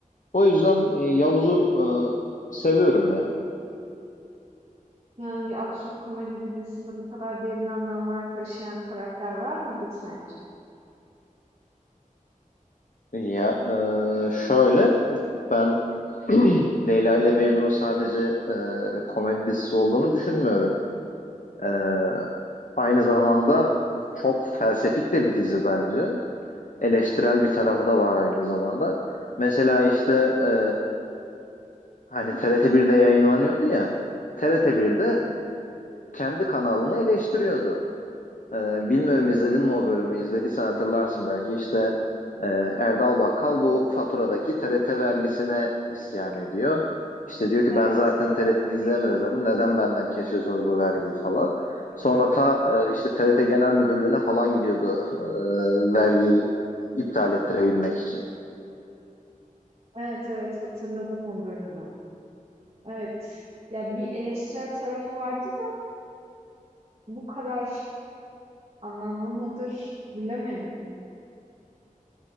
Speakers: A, on the left (about 65°); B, on the right (about 45°).
A: O yüzden e, Yavuz'u e, seviyorum ya.
B: Yani bir absürt komedi dizisinde bu kadar derin anlamlar taşıyan karakter var mıdır sence?
A: Ya e, şöyle ben <clears throat> Leyla ile Mecnun'un sadece e, komedi dizisi olduğunu düşünmüyorum. Ee, aynı zamanda çok felsefik de bir dizi bence. Eleştirel bir tarafı da var aynı zamanda. Mesela işte e, hani TRT birde yayınlanıyordu ya. TRT birde
B: Hı hı.
A: kendi kanalını eleştiriyordu. Ee, bilmiyorum izledin mi o bölümü? İzlediysen hatırlarsın belki. İşte e, Erdal Bakkal bu faturadaki TRT vergisine isyan ediyor. İşte diyor ki
B: Evet,
A: ben zaten
B: evet.
A: TRT izlemiyorum. Neden benden kesiyorsunuz bu vergiyi falan. Sonra ta e, işte TRT Genel Müdürlüğü'ne falan gidiyordu e, vergiyi iptal ettirebilmek için.
B: Evet, evet hatırladım o bölümü. Evet. Ya bir eleştirel tarafı vardı da bu kadar anlamlı mıdır bilemedim.